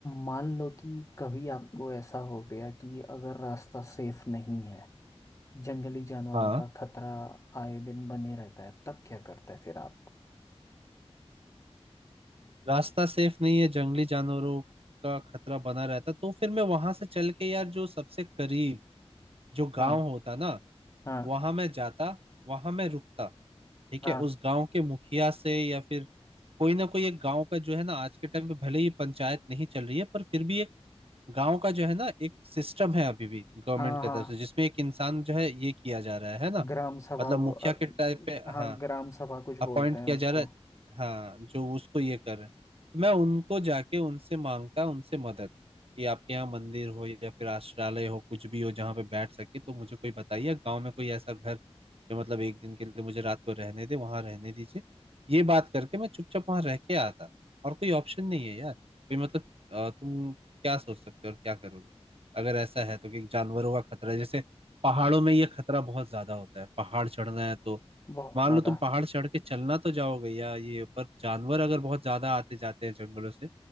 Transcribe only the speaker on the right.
हाँ
रास्ता सेफ नहीं है जंगली जानवरों का खतरा बना रहता तो फिर मैं वहां से चल के यार जो सबसे करीब जो गांव
होता ना
वहां मैं जाता वहां मैं रुकता ठीक
है उस गांव के मुखिया से या फिर कोई ना कोई एक गांव का जो है ना आज के टाइम पे भले ही पंचायत नहीं चल रही है पर फिर भी एक गांव का जो है ना एक सिस्टम है अभी भी गवर्नमेंट
की
तरफ से जिसमें एक इंसान जो है ये किया जा रहा है है ना
मतलब
मुखिया
के टाइप पे
हाँ
अपॉइंट
किया
जा रहा है हाँ जो उसको ये कर रहे हैं तो मैं उनको जाके उनसे मांगता उनसे मदद कि आपके यहाँ मंदिर हो या फिर आश्रालय हो कुछ भी हो जहाँ पे बैठ सके तो मुझे कोई बताइए गांव में कोई ऐसा घर जो मतलब एक दिन के लिए मुझे रात को रहने दे वहां रहने दीजिए ये बात करके मैं चुपचाप वहां रह के आता और कोई ऑप्शन नहीं है यार कोई मतलब अ, तुम क्या सोच सकते हो और क्या करोगे अगर ऐसा है तो कि जानवरों का खतरा है जैसे पहाड़ों में ये खतरा बहुत ज्यादा होता है पहाड़ चढ़ना है तो
मान
लो तुम पहाड़ चढ़ के चलना तो जाओगे या ये पर जानवर अगर बहुत ज्यादा आते जाते हैं जंगलों से